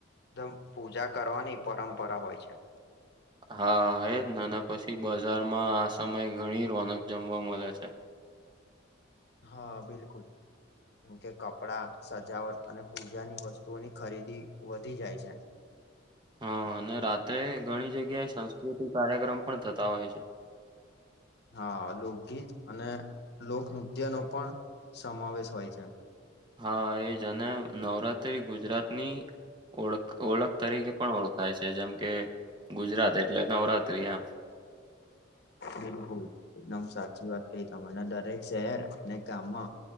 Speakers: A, on the left; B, on the right.
A: દમ પૂજા કરવાની પરંપરા હોય છે.
B: હા એજ નેને પછી બજારમાં આ સમય ઘણી રોનક જમવા મલે છે.
A: હા, બિલકુલ કે કપડા સજાવટ અને પૂજાની વસ્તુઓની ખરીદી વધી જાય છે.
B: હં ને રાતે ઘણી જગ્યાએ સંસ્કૃતિક કાર્યક્રમ પણ થતા હોય છે.
A: હા, લોકગીત અને લોક નૃત્ય નો પણ સમાવેશ હોય છે.
B: હા એજ અને નવરાત તે ગુજરાતની ઓળખ ઓળખ તરીકે પણ ઓળખાય છે, જેમ કે ગુજરાત એટલે નવરાત્રી એમ
A: બિલકુલ એકદમ સાચી વાત કહી તમને, દરેક શહેર અને ગામમાં